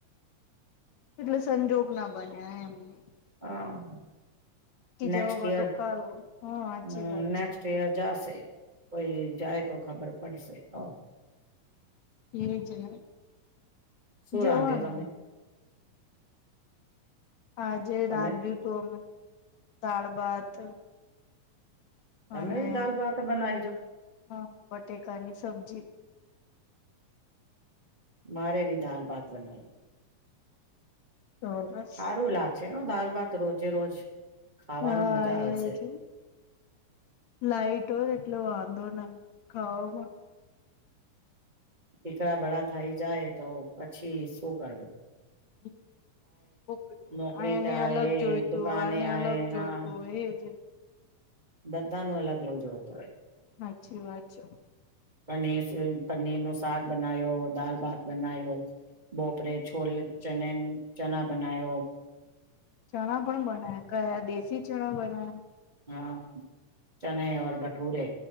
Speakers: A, on the left (about 65°); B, on the right (about 30°).
A: એટલે સંજોગ ના બન્યા એમને?
B: હા નેક્સ્ટ
A: જવામાં
B: ઇયર
A: તો કાલે હા સાચી
B: હ
A: વાત
B: નેક્સ્ટ ઇયર જાશે. કોઈ જાય તો ખબર પડશે તો
A: એ છે.
B: શું
A: જવાનું
B: રાંધ્યો તમે?
A: આજે
B: તમે
A: રામજું તો દાળ, ભાત,
B: તમે
A: અને
B: બી દાલ ભાત બનાવીજો
A: હ બટેકાની સબ્જી.
B: મારે બી દાલ, ભાત બનાયો.
A: હસ
B: સારું
A: <inaudible>
B: લાગશે દાલ, ભાત રોજે રોજ, ખાવાનું
A: હા,
B: મજા આવે
A: એજ
B: છે
A: લાઈટ હોય ને લો આંધો ના ખાઓ મા
B: દીકરા ભળ થઇ જાય, તો પછી શું કરવું
A: હમ કો
B: નોકરી
A: આને
B: થાય
A: અલગ જોઈતું,
B: દુકાને
A: આને
B: આય
A: અલગ જોઈતું
B: હા
A: હોય એજ
B: બધા નું અલગ, અલગ જોતો હોય
A: હાચી વાત છે.
B: પનીર, પનીર નો શક બનાવ્યો, દાલ ભાત બનાયો બોપરે છોલે, ચને ચણા બનાયો
A: ચણા પણ બનાયા કયા, દેશી ચણા બનાયા
B: હા, ચને ભઠૂરે